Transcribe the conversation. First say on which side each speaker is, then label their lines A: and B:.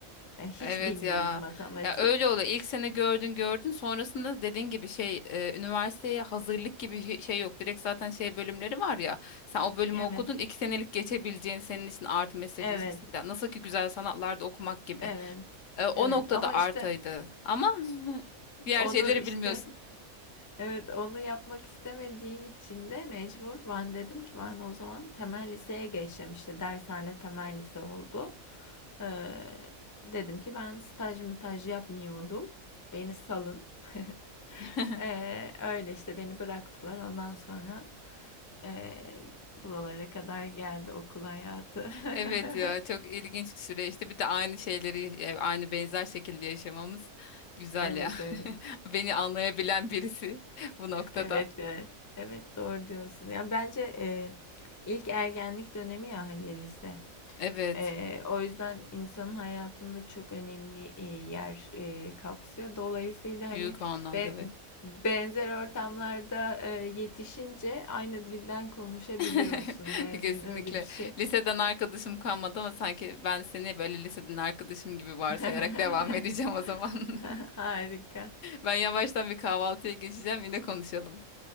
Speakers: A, on the left; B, on the left.
A: Yani hiç
B: Evet
A: bilmiyorum
B: ya.
A: matematik.
B: Ya öyle oluyor. İlk sene gördün gördün. Sonrasında dediğin gibi şey e, üniversiteye hazırlık gibi hi- şey yok. Direkt zaten şey bölümleri var ya. Sen o bölümü
A: Evet.
B: okudun. iki senelik geçebileceğin senin için artı meslek
A: Evet.
B: lisesinden. Nasıl ki güzel sanatlarda okumak gibi.
A: Evet.
B: E, o
A: Evet
B: noktada
A: ama
B: artıydı.
A: işte
B: Ama <laughs> diğer
A: onu
B: şeyleri
A: işte
B: bilmiyorsun.
A: Evet onu yapmak istemediğim için de mecbur ben dedim ki ben o zaman temel liseye geçeceğim işte dershane temel lise oldu. Ee, dedim ki ben staj mütaj yapmıyorum beni salın. <laughs>
B: <laughs>
A: Ee, öyle işte beni bıraktılar ondan sonra ee, buralara kadar geldi okul hayatı.
B: Evet ya çok
A: <laughs>
B: ilginç bir süreçti. Bir de aynı şeyleri e, aynı benzer şekilde yaşamamız güzel
A: Evet
B: ya.
A: evet.
B: <laughs> Beni anlayabilen birisi <laughs> bu noktada.
A: Evet yani. Evet doğru diyorsun. Yani bence e, ilk ergenlik dönemi ya hani lise.
B: Evet.
A: E, o yüzden insanın hayatında çok önemli e, yer e, kapsıyor. Dolayısıyla
B: Büyük
A: hani
B: anlamda
A: be-
B: evet.
A: benzer ortamlarda e, yetişince aynı dilden konuşabiliyorsun.
B: <laughs>
A: Yani
B: Kesinlikle.
A: öyle bir şey.
B: Liseden arkadaşım kalmadı ama sanki ben seni böyle liseden arkadaşım gibi varsayarak
A: <laughs>
B: devam <laughs> edeceğim o zaman. <laughs>
A: Harika.
B: Ben yavaştan bir kahvaltıya geçeceğim. Yine konuşalım.